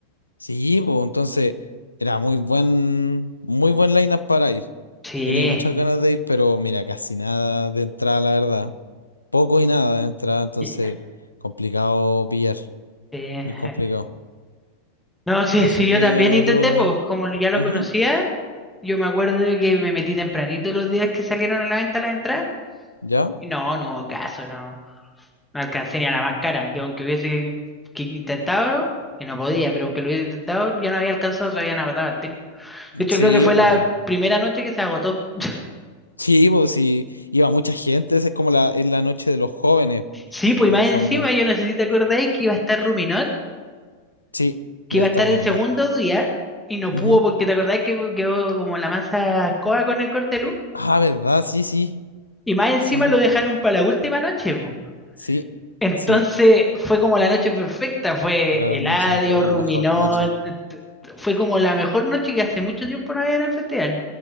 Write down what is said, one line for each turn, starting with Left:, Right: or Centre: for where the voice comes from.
Left: Sí, pues entonces era muy buen, muy buen lineup para ir.
Centre: Sí.
Left: Tenía muchas ganas de ir, pero mira, casi nada de entrada, la verdad. Poco y nada de entrada, entonces
Centre: y-
Left: complicado pillar.
Centre: eh,
Left: Muy complicado.
Centre: eh. No, sí,
Left: No
Centre: sí,
Left: sé
Centre: yo
Left: qué
Centre: también intenté,
Left: otro.
Centre: pues como lo- ya lo
Left: Ujú,
Centre: conocía, yo me acuerdo que me metí tempranito los días que salieron a la venta las entradas.
Left: ¿Ya?
Centre: Y no, no hubo caso, no, no alcancé ni a la más cara, que aunque hubiese que- que intentado, que no podía, pero aunque lo hubiese intentado, ya no había alcanzado, se habían agotado el De hecho,
Left: Sí,
Centre: creo que fue
Left: pues.
Centre: la primera noche que se agotó. <laughs>
Left: Sí, pues sí. Iba mucha gente. Esa es como la, es la noche de los jóvenes,
Centre: Sí, pues
Left: en
Centre: y más
Left: el fondo.
Centre: encima, yo no sé si te acordáis que iba a estar Ruminot,
Left: Sí,
Centre: que
Left: iba
Centre: iba
Left: a
Centre: a
Left: estar
Centre: estar
Left: Romina.
Centre: el segundo día y no
Left: Ujú.
Centre: pudo porque te acordáis que quedó como la mansa escoba con el cortelú.
Left: Ah, ¿verdad? Sí, sí.
Centre: Y más encima
Left: Sí,
Centre: lo dejaron para la última noche, po.
Left: sí,
Centre: Entonces
Left: sí.
Centre: fue como la noche perfecta, fue
Left: Era
Centre: Eladio,
Left: la noche, era
Centre: Ruminot,
Left: la mejor noche.
Centre: t- t- fue como la mejor noche que hace mucho tiempo no había en el festival